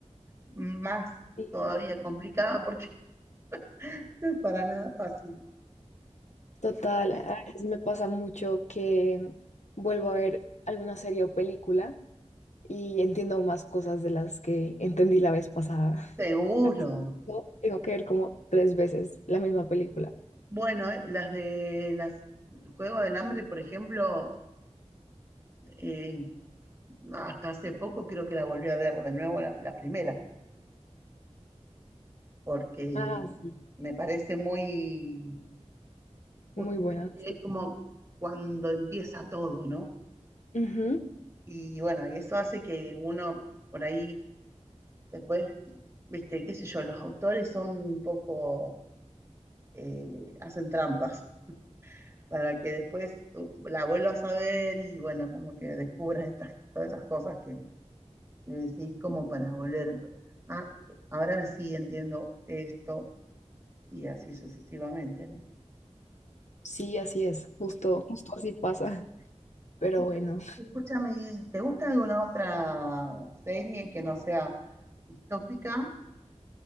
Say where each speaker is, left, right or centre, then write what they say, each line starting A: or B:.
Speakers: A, on the right (about 25°); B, on the left (about 75°).
A: más
B: sí,
A: todavía complicada porque <laughs> no es para nada fácil.
B: Total, a veces me pasa mucho que vuelvo a ver alguna serie o película y entiendo más cosas de las que entendí la vez pasada.
A: Seguro.
B: <laughs> No, tengo que ver como tres veces la misma película.
A: Bueno, eh, las de las Juego del Hambre, por ejemplo, eh, hasta hace poco creo que la volví a ver de nuevo la, la primera, porque
B: Ah, sí.
A: me parece muy, justamente
B: Muy buena, sí.
A: es como cuando empieza todo, ¿no?
B: Ujú.
A: Y bueno, y eso hace que uno por ahí después, viste, qué sé yo, los autores son un poco, eh, hacen trampas. para que después uh, la vuelvas a ver y bueno, como que descubras estas, todas esas cosas que, que decís como para volver, ah, ahora sí entiendo esto y así sucesivamente, ¿no?
B: Sí, así es. Justo, justo así pasa. Pero
A: Y
B: bueno,
A: yo- Escúchame, ¿y ¿te gusta alguna otra serie que no sea distópica?